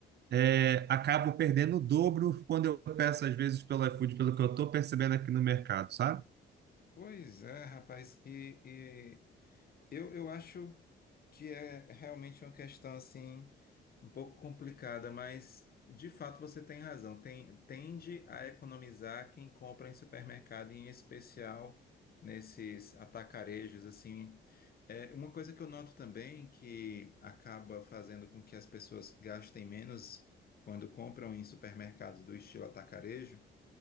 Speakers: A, on the right (about 55°); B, on the left (about 50°).
A: é, acabo perdendo o dobro quando eu peço às vezes pelo iFood, pelo que eu estou percebendo aqui no mercado, sabe?
B: Pois é, rapaz. E, Eu, eu acho que é realmente uma questão assim um pouco complicada, mas de fato você tem razão. Tem, tende a economizar quem compra em supermercado, em especial nesses atacarejos assim. É uma coisa que eu noto também que acaba fazendo com que as pessoas gastem menos quando compram em supermercados do estilo atacarejo,